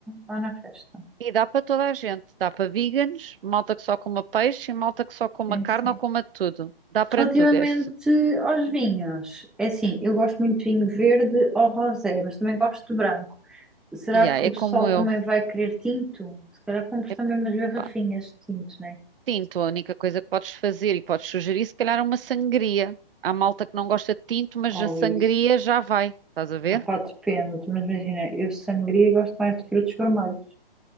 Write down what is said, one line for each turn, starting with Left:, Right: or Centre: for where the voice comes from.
Centre: lá na festa.
Right: E dá para toda a gente. Dá para veganos, malta que só coma peixe e malta que só coma
Centre: Sim,
Right: carne
Centre: sim.
Right: ou coma tudo. Dá para
Centre: Relativamente
Right: tudo esse.
Centre: aos vinhos, é assim, eu gosto muito de vinho verde ou rosé, mas também gosto de branco. Será
Right: E yeah,
Centre: que
Right: é
Centre: o pessoal
Right: como
Centre: também
Right: eu.
Centre: vai querer tinto? Se calhar compro
Right: É,
Centre: também umas garrafinhas
Right: pá.
Centre: de tinto, né?
Right: Tinto, a única coisa que podes fazer e podes sugerir, se calhar, é uma sangria. Há malta que não gosta de tinto, mas
Centre: Ou
Right: a sangria
Centre: isso.
Right: já vai. Estás a ver?
Centre: Ah, pá, depende, mas imagina, eu sangria gosto mais de frutos vermelhos.